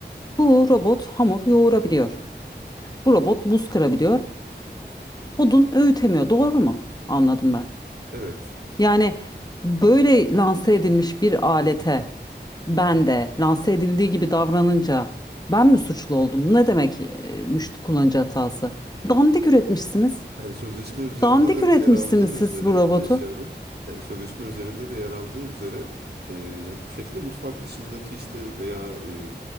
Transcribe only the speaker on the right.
Evet.
Yani sözleşme üzerinde
de
yer aldığı
üzere
Ayşe Hanım, yani sözleşme üzerinde de yer aldığı üzere e, yani bu şekilde mutfak dışındaki işte veya e,